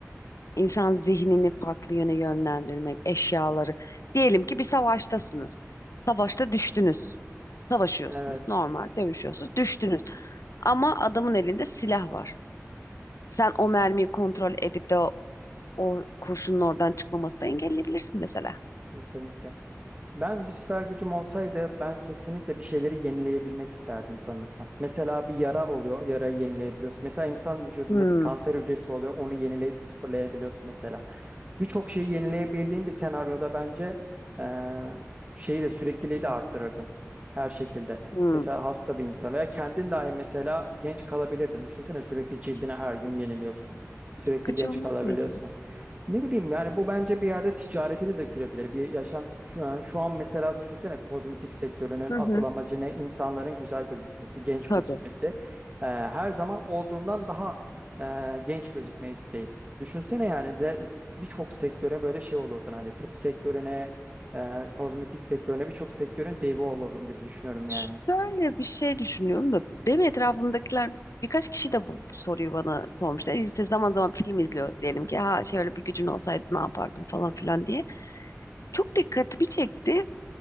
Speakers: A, on the left; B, on the right.
A: İnsan zihnini farklı yöne yönlendirmek, eşyaları. Diyelim ki bir savaştasınız. Savaşta düştünüz. Savaşıyorsunuz,
B: Evet,
A: normal dövüşüyorsunuz, düştünüz. Ama adamın elinde silah var. Sen o mermiyi kontrol edip de o, o kurşunun oradan çıkmamasını da engelleyebilirsin mesela.
B: kesinlikle. Ben bir süper gücüm olsaydı ben kesinlikle bir şeyleri yenileyebilmek isterdim sanırsam. Mesela bir yara oluyor, yarayı yenileyebiliyorsun. Mesela insan vücudunda
A: Hmm,
B: bir kanser hücresi oluyor, onu yenileyip sıfırlayabiliyorsun mesela. Birçok şeyi yenileyebildiğin bir senaryoda bence eee, şeyi de sürekliliği de arttırırdın her şekilde.
A: hmm.
B: Mesela hasta bir insan veya kendin dahi mesela genç kalabilirdin. Düşünsene sürekli cildini her gün yeniliyorsun. Sürekli
A: Sıkıcı
B: genç
A: olmaz
B: kalabiliyorsun.
A: mıydı?
B: Ne bileyim yani bu bence bir yerde ticarete de dökülebilir. Bir yaşam şu an, şu an mesela düşünsene kozmetik sektörünün
A: Hı
B: asıl
A: hı,
B: amacı ne? İnsanların güzel gözükmesi, genç gözükmesi.
A: tabii.
B: Ee, her zaman olduğundan daha e, genç gözükme isteği. Düşünsene yani de birçok sektöre böyle şey olurdun hani tıp sektörüne, e, kozmetik sektörüne birçok sektörün devi olurdum gibi düşünüyorum
A: Şöyle
B: yani.
A: bir şey düşünüyorum da benim etrafımdakiler birkaç kişi de bu soruyu bana sormuştu. İşte zaman zaman film izliyoruz diyelim ki ha şöyle bir gücün olsaydı ne yapardın falan filan diye. Çok dikkatimi çekti.